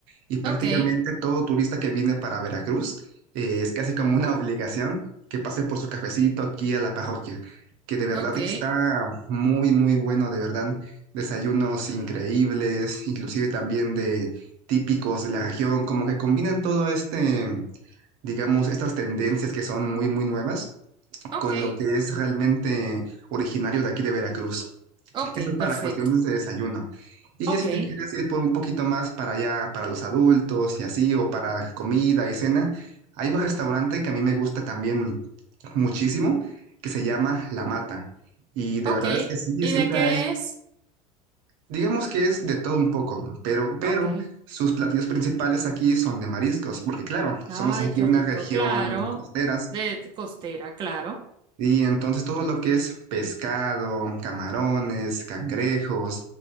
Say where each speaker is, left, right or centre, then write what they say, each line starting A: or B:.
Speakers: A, on the right; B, on the right.
A: Y prácticamente
B: ok,
A: todo turista que viene para Veracruz eh, es casi como una <laughs> obligación que pase por su cafecito aquí a la parroquia, que de verdad
B: ok,
A: que está muy, muy bueno, de verdad. Desayunos increíbles, inclusive también de típicos de la región, como que combinan todo este digamos, estas tendencias que son muy, muy nuevas
B: ok,
A: con lo que es realmente originario de aquí de Veracruz.
B: ok,
A: Eso para
B: perfecto.
A: cuestiones de desayuno. Y
B: Ok,
A: ya si te quieres ir por un poquito más para allá, para los adultos y así, o para comida y cena, hay un restaurante que a mí me gusta también muchísimo, que se llama La Mata. Y de
B: ok.
A: verdad es que sí,
B: ¿Y
A: siempre
B: de qué
A: hay,
B: es?
A: digamos que es de todo un poco, pero, pero
B: Ok.
A: sus platillos principales aquí son de mariscos, porque claro,
B: Ay,
A: somos aquí
B: qué
A: una
B: rico,
A: región
B: claro.
A: costera
B: De costera, claro.
A: Y entonces todo lo que es pescado, camarones, cangrejos,